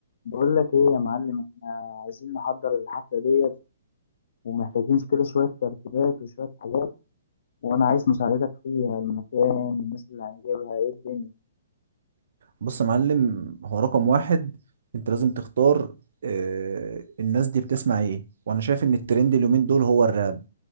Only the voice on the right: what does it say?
بص يا معلم هو رقم واحد انت لازم تختار آه، الناس دي بتسمع ايه وانا شايف ان الترند اليومين دول هو الراب